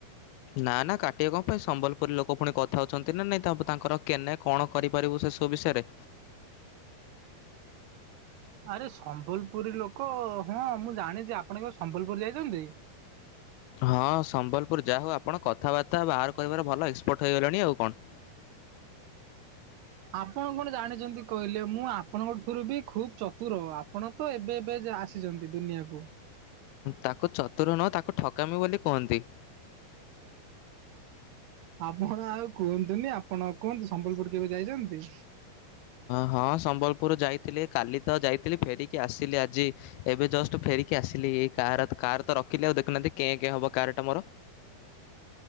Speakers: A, on the left; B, on the right.
A: ନା ନା କାଟି କଣ ପାଇଁ ସମ୍ବଲପୁରୀ ଲୋକ ପୁଣି କଥା ହଉଛନ୍ତି ନା ନାଇଁ ତାଙ୍କର କେନେ କଣ କରିପାରିବୁ ସେ ସବୁ ବିଷୟରେ?
B: ଆରେ ସମ୍ବଲପୁରୀ ଲୋକ ହଁ ମୁଁ ଜାଣିଚି ଆପଣ କଁ ସମ୍ବଲପୁରୀ ଯାଇଛନ୍ତି?
A: ହଁ ସମ୍ବଲପୁର ଯାହା ହଉ ଆପଣ କଥାବାର୍ତ୍ତା ବାହାର କହିବାର ଭଲ ଏକ୍ସପର୍ଟ ହେଇଗଲଣି ଆଉ କଣ।
B: ଆପଣ କଣ ଜାଣିଛନ୍ତି କହିଲେ ମୁଁ ଆପଣଙ୍କ ଠାରୁ ବି ଖୁବ ଚତୁର ଆପଣ ତ ଏବେ ଏବେ ଆସିଛନ୍ତି ଦୁନିଆକୁ।
A: ତାକୁ ଚତୁର ନୁହଁ ତାକୁ ଠକାମି ବୋଲି କୁହନ୍ତି।
B: ଆପଣ ଆଉ କୁହନ୍ତୁନି ଆପଣ କୁହନ୍ତୁ ସମ୍ବଲପୁର କେବେ ଯାଇଛନ୍ତି?
A: ହଁ ସମ୍ବଲପୁର ଯାଇଥିଲି କାଲି ତ ଯାଇଥିଲି ଫେରିକି ଆସିଲି ଆଜି। ଏବେ ଜଷ୍ଟ ଫେରିକି ଆସିଲି କାର କାର ତ ରଖିଲି ଆଉ ଦେଖୁନାହାନ୍ତି କେ କେ ହବ କାର ଟା ମୋର।